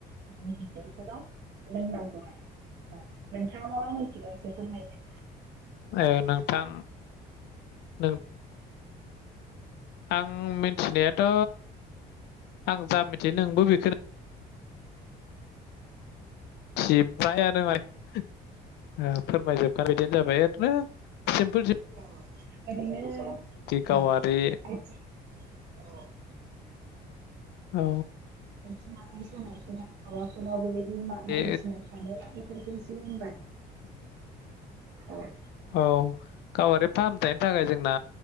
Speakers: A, on the right; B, on the left.
A: बिनि बिदैखौल' लोंनांगौ आरो। नोंथा मा मा मोनथिगौ एसे फोरमायदो।
B: ए नोंथां नों आं मिथिनायाथ' आं जा मिथियो नोंबो बेखौनो मिथि जोबायानो ओ फोरमायजोबखानाय बायदियानो जाबाय ओरैनो सिम्पोल
A: औ ओरैनो औ
B: जिउनि गावारि
A: औ औ
B: औ
A: आथिं आखाइ सानायफोरा माबाफोराव बेबायदि बायदिसिना
B: बे
A: खानो इफोरखौ एसो होनबानो
B: लांदां
A: <unintelligible>
B: औ गावारि फाहामथायनि थाखाय जोंना